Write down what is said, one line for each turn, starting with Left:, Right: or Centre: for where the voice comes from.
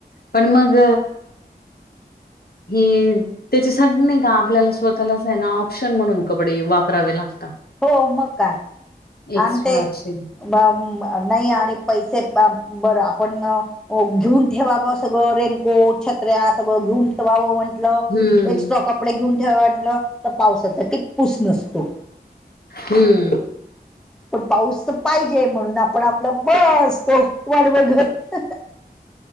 Left: पण मग हीर त्याच्यासाठी नाही का आपल्याला स्वतःलाच आहे ना ऑप्शन म्हणून कपडे वापरावे लागतात
Centre: हो मग काय
Left: एक्स्ट्राचे
Centre: आणि ते नाही आणि पैसे बरं आपण घेऊन ठेवावं सगळं रेनकोट छत्र्या सगळं घेऊन ठेवावं म्हंटलं
Left: हम्म
Centre: एस्ट्रॉ कपडे घेऊन ठेवटलं तर पावसाचा किटपूस नसतो
Left: हम्म
Centre: पण पाऊस तर पाहिजे म्हणून आपण आपलं ब असतो वाड बघत